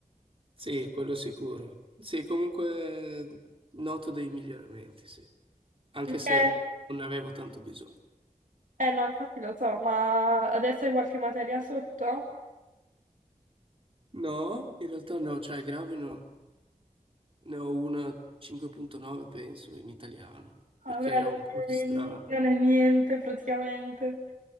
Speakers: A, on the right; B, on the right.
A: Sì, quello sicuro. Sì, comunque noto dei miglioramenti, sì, anche
B: Mica
A: se
B: è-
A: non ne avevo tanto bisogno.
B: Eh no, infatti lo so, ma adesso hai qualche materia sotto? Ah,
A: No, in realtà no, cioè grave no. Ne ho una 5.9, penso, in italiano,
B: Vabbè,
A: perché
B: allora
A: è un po'
B: non
A: strano.
B: è, ni- non è niente praticamente.